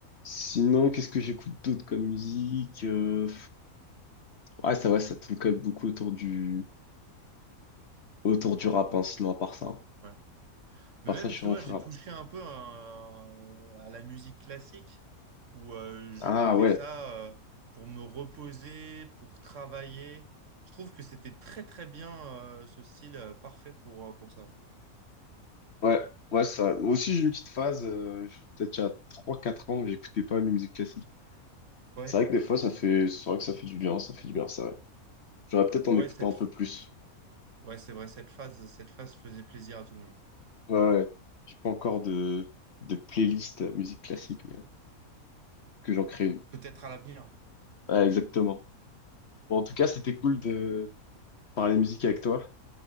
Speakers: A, on the left; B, on the right.
A: Sinon, qu'est-ce que j'écoute d'autre comme musique? Euh, Ouais, ça va, ça tourne quand même beaucoup autour du, autour du rap,
B: Mm.
A: hein, sinon, à part ça. hein.
B: Ouais. Mais
A: À
B: même,
A: part ça, je
B: tu
A: suis vraiment
B: vois,
A: full
B: j'ai
A: rap.
B: touché un peu euh, à la musique classique où euh, j'écoutais
A: Ah ouais,
B: ça euh, pour me reposer, pour travailler. Je trouve que c'était très très bien euh, ce style euh, parfait pour, euh, pour ça.
A: ouais, ouais, ça. Moi aussi, j'ai une petite phase, euh, peut-être il y a 3-4 ans, que j'écoutais pas la musique classique.
B: Ouais,
A: C'est vrai que des fois, ça fait, c'est vrai que ça fait du bien, ça fait du bien, ça. ouais. J'aurais peut-être en
B: ouais,
A: écouter
B: cette...
A: un peu plus.
B: ouais, c'est vrai, cette phase, cette phase faisait plaisir à tout le monde.
A: Ouais, ouais. J'ai pas encore de, de playlist euh, musique classique, mais que j'en crée une.
B: Peut-être à l'avenir.
A: Ouais, exactement. Bon, en tout cas, c'était cool de parler musique avec toi.